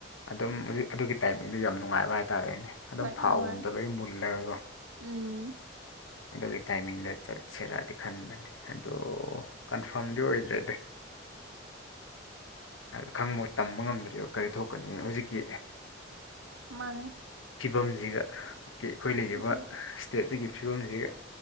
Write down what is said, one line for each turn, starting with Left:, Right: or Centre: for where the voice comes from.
Left: ꯑꯗꯨꯝ ꯍꯧꯛ ꯑꯗꯨꯒꯤ ꯇꯥꯏꯃꯤꯡꯗꯣ ꯌꯥꯝ ꯅꯨꯡꯉꯥꯏꯕ ꯍꯥꯏꯇꯥꯔꯦꯅꯦ ꯑꯗꯨꯝ
Right: ꯍꯣꯏ
Left: ꯐꯥꯎꯒꯨꯝꯕꯗ
Right: ꯅꯨꯡꯉꯥꯏ
Left: ꯂꯣꯏ ꯃꯨꯜꯂꯒꯒꯣ
Right: ꯎꯝ
Left: ꯑꯗꯨꯒꯤ ꯇꯥꯏꯃꯤꯡꯗ ꯆꯠꯁꯤꯔꯗꯤ ꯈꯟꯕꯅꯦ ꯑꯗꯣ ꯀꯟꯐꯥꯔꯝꯗꯤ ꯑꯣꯏꯗ꯭ꯔꯦ ꯑꯗꯨ ꯍꯥꯏꯗꯤꯣ ꯈꯪꯕ ꯇꯝꯕ ꯉꯝꯗ꯭ꯔꯤꯕ ꯀꯔꯤ ꯊꯣꯛꯀꯅꯤ ꯍꯧꯖꯤꯛꯀꯤ
Right: ꯃꯥꯅꯦ
Left: ꯐꯤꯕꯝꯁꯤꯒ ꯑꯩꯈꯣꯏ ꯂꯩꯔꯤꯕ
Right: ꯑꯗꯨꯅꯤ
Left: ꯁ꯭ꯇꯦꯠꯁꯤꯒꯤ ꯐꯤꯕꯝꯁꯤꯒ